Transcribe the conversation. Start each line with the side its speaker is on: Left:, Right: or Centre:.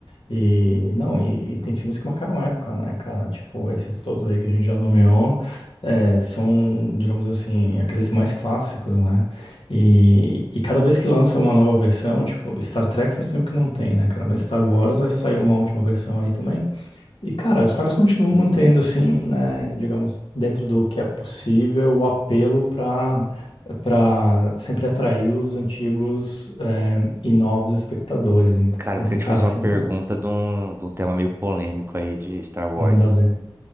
Left: E não, e, e tem filmes que marcaram época, né, cara? Tipo, esses todos aí que a gente já nomeou, é, são, digamos assim, aqueles mais clássicos, né? E, e cada vez que lança uma nova versão, tipo, Star Trek faz tempo que não tem, né, cara? Mas Star Wars aí saiu uma última versão aí também. E, cara, os caras continuam mantendo, assim, né, digamos, dentro do que é possível, o apelo para para sempre atrair os antigos, é, e novos espectadores. Então,
Right: Cara, eu queria
Left: cara,
Right: te fazer
Left: assim.
Right: uma pergunta
Left: é
Right: de um, de um tema meio polêmico aí de Star Wars.
Left: Manda ver.